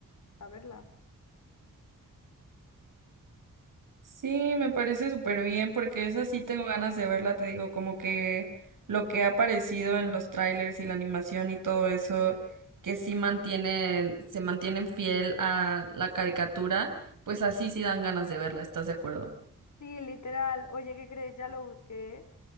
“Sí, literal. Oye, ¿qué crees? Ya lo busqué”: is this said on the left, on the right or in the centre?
Left